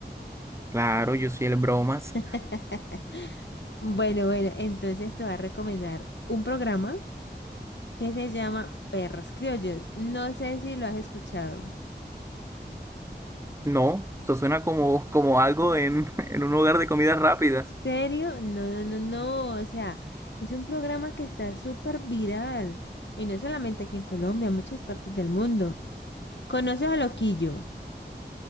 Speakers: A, on the right; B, on the left.
A: Claro, yo soy el bromas.
B: <laughs> Bueno, bueno, entonces te voy a recomendar un programa que se llama Perros Criollos. No sé si lo has escuchado.
A: No, eso suena como, como algo en, <laughs> en un lugar de comidas rápidas.
B: serio? No, no, no, no. O sea, es un programa que está súper viral. Y no solamente aquí en Colombia, en muchas partes del mundo. ¿Conoces a Loquillo?